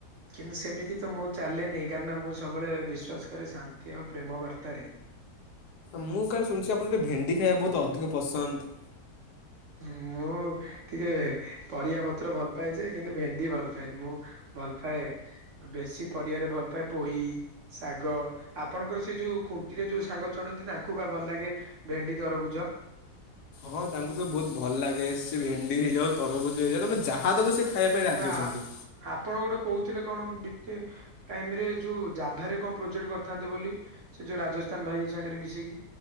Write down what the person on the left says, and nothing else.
ମୁଁ କାଳେ ଶୁଣିଛି ଆପଣ ଟିକେ ଭେଣ୍ଡି ଖାଇବା ବହୁତ ଅଧିକ ପସନ୍ଦ?
ହଁ ତାଙ୍କୁ ତ ବହୁତ ଭଲ ଲାଗେ ସେ ଭେଣ୍ଡି ହେଇଯାଉ ତରଭୁଜ ହେଇଯାଉ ତମେ ଯାହା ଦେବ ସେ ଖାଇବା ପାଇଁ ରାଜି
ଅଛନ୍ତି।